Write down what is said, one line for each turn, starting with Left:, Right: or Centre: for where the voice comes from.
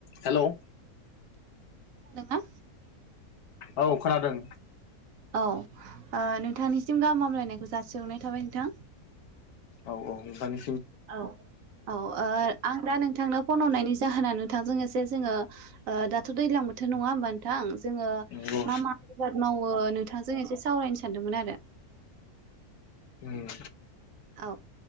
Left: हेल'
Right: दोंना?
Left: औ खोनादों।
Right: औ ओ नोंथांनिसिम गाहाम हामलायनायखौ जासिहरनाय थाबाय नोंथां।
Left: औ - औ दानि
Right: औ -औ ओ आं दा नोंथांनो फन हरनायनि जाहोना नोंथांजों ए जे जोङो दाथ' दैजलां बोथोर नङा होमब नोंथां जोङो
Left: नंगौ
Right: मा -मा आबाद मावो नोंथांजों एसे सावरायनो सानदोंमोन आरो
Left: उम
Right: औ